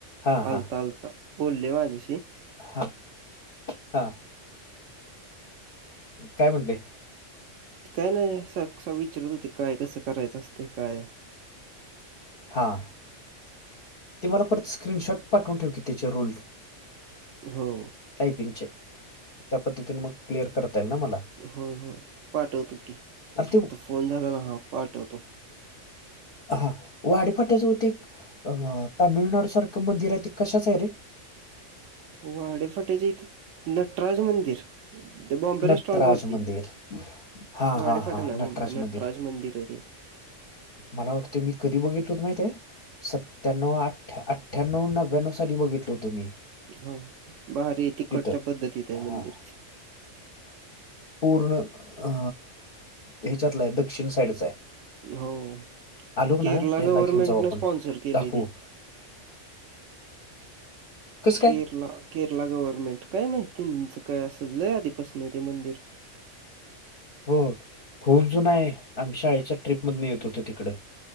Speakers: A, on the left; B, on the right.
A: हां हां
B: आलता आलता बोलले माझशी
A: हां हां काय म्हणते
B: काय नाही असं विचारत होते काय कसं करायचं असते काय
A: हां ते मला परत स्क्रीनशॉट पाठवून ठेव की त्याचे रोल
B: हो
A: टयपिंगचेप म क्लिअर करतय ना मला
B: होय होय पाठवतो की
A: अरे ते
B: आता फोन झाला ना हा पाठवतो.
A: हा वाड फटाच होती. तामिळनाडूसारखं मंदिर आहे ते कशाच आहे रे.
B: वाडेफाट्याचे इथे नटराज मंदिर. बॉम्बे
A: नटराज
B: रे स्टॉट वरती
A: मंदिर हा
B: वाडेफाट
A: हा हा
B: ना बॉम्बे
A: मंदिर
B: नटराज मंदिर आहे ते.
A: मला वाटतं मी कधी बघितल होत माहित. सत्त्याण्णव अठ अठ्ठ्याण्णव नव्याण्णव साली बघितल होतो मी.
B: हो बारी तििकटच्या
A: तिथं
B: पद्धतीत आहे
A: हा
B: मंदिर.
A: पूर्ण अ ह्याच्यातलं आहे दक्षिण साईडचा आहे.
B: हो.
A: आलोक
B: केरला
A: ना यांना
B: गव्हर्नमेंटनं
A: घेऊन जाऊ आपण
B: स्पॉन्सर केलंय
A: दाखवू.
B: ते.
A: <inaudible> कसं काय
B: केरला. केरला गव्हर्नमेंट काय माहिती तुचं काय असं लय आधीपासणारे मंदिर.
A: हो खूप जुन आहे आम्ही शाळेच्या ट्रीप मधून येत होते तिकडं.